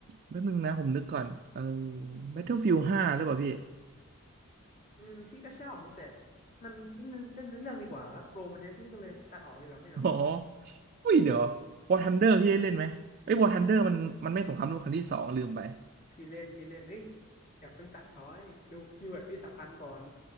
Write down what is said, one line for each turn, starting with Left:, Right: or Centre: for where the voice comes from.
Right: แป๊บนึงนะผมนึกก่อนเออ Battlefield ห้าหรือเปล่าพี่
Left: อืมพี่ก็ชอบนะแต่มันเล่นเล่นเรื่องดีกว่าแล้วโปรมันเยอะพี่ก็เลยตัดออกดีกว่าไม่เอา
Right: อ๋ออุ้ยเดี๋ยว War Thunder พี่ได้เล่นไหมเอ้ย War Thunder มันมันไม่สงครามโลกครั้งที่สองลืมไป
Left: พี่เล่นพี่เล่นเอ้ยอย่าเพิ่งตัดช้อยดูคีย์เวิร์ดพี่สำคัญก่อน